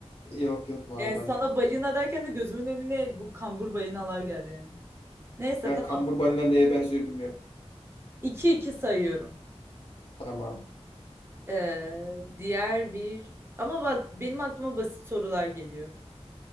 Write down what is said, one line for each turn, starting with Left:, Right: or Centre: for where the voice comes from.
Left: Yok yok mavi
Right: Yani
Left: balina.
Right: sana balina derken de gözümün önüne bu kambur balinalar geldi yani. Neyse
Left: Ben
Right: tamam.
Left: kambur balina neye benziyor bilmiyorum.
Right: iki iki sayıyorum.
Left: Tamam.
Right: Ee, diğer bir... Ama bak benim aklıma basit sorular geliyor.